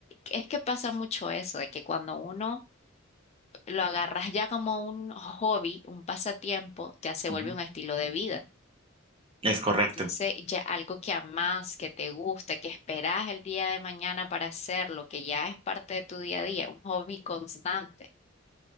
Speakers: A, on the left; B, on the right.
A: es que pasa mucho eso, de que cuando uno lo agarras ya como un hobby, un pasatiempo, ya se vuelve
B: Ujú.
A: un estilo de vida.
B: Es correcto.
A: Entonces, ya algo que amas, que te gusta, que esperas el día de mañana para hacerlo, que ya es parte de tu día a día, un hobby constante.